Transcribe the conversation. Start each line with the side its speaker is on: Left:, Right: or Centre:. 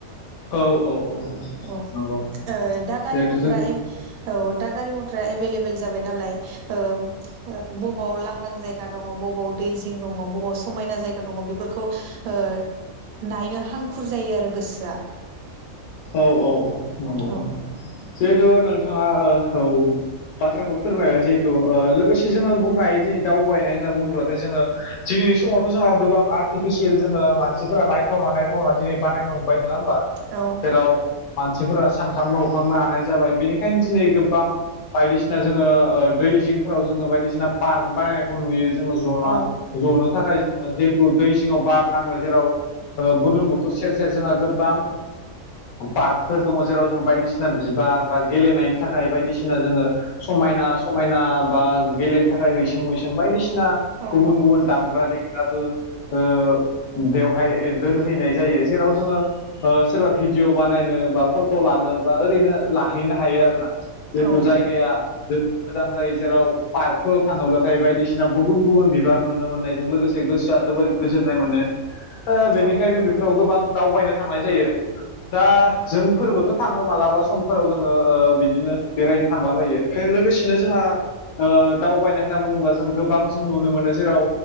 Left: औ औ औ
Right: औ
Left: नंगौ
Right: ओ दा गारि
Left: जिहेथु
Right: मथरा
Left: जों
Right: एब औ दा गारि मथरा एभेलेबेल जाबाय नालाय ओब ओ बबाव लांदां जायग गा दङ बबाव दै जिं दङ बबाव समायना जायगा दं बेफोरखौ ओ नायनो हांखुर जायो आरो गोसोआ
Left: औ औ औ नंगौ
Right: औ
Left: जिहेथु नोंथाङा ओ औ बाथ्राखौ फोरमायबाय जिहेथु ओ लोगोसे जोङो बुंनो हायो दिनै दावबायनाय होनना बुङोब्लाथाय जोङो दिनैनि समावथ' जोंहा गोबां आर्टिफिसियेल जोङो मानसिफोरा नायथावना नायथावना दिनै बानायनो हमबाय नङा होमबा
Right: औ
Left: जेराव मानसिफोरा सानखांनो हखांनो हानाय जाबाय बेनिखायनो दिनै गोबबां बायदिसिना जोङो ओ दै जिंफोराव जोङो बायदिसिना पार्क बानायनायखौ नुयो जोङो जना
Right: औ
Left: जनो थाखाय जिहेथु दै जिङाव बार नाङो जेराव ओ बुरलुंबुथुर सेर सेर जोंहा गोबबां पार्कफोर दङ जेराव जों बायदिसिना बिबार बा गेलेनायनि थाखाय बायदिसिना जोङो समायना समायना बा गेलेनो थाखाय हैसां मैसां बायदिसि ना
Right: औ
Left: गुबुन गुबुन दामग्रा देग ग्राबो ओ बेवहाय दोनहैनाय जायो जेराव जोङो ओ सोरबा भिडिअ बानायनो बा फट' लानो बा ओरैनो लाहैनो हायो आरो ना। जेतु
Right: औ
Left: जायगाया जों मोजां जायो जेराव पार्कफोराव थाङोब्लाथाय बायदिसिना गुबुन गुबुन बिबार नुनो मोननायजों लोगोसे गोसोआ जोबोर गोजोननाय मोनो ओ बेनिखायनो
Right: औ
Left: बेफोराव गोबां दावबायनो थांनाय जायो। दा जोंफोरबोथ' थाङो मालाबा समफोराव जोङो ओ बिदिनो बेरायनो थांलाबायो। फाय लोगोसेनो जोंहा ओ दावबायनाय होनना बुङोब्ला जों गोबां जों नुनो मोनो जेराव